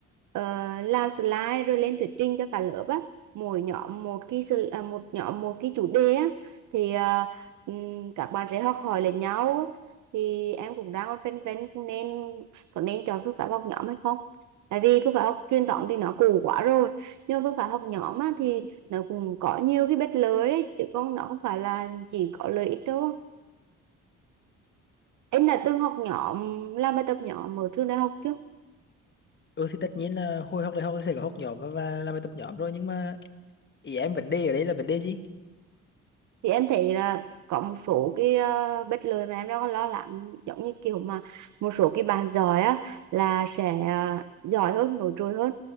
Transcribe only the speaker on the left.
Ừ thì tất nhiên là hồi học đại học thì sẽ có học nhóm và, và làm bài tập nhóm rồi nhưng mà ý em vấn đề ở đây là vấn đề gì?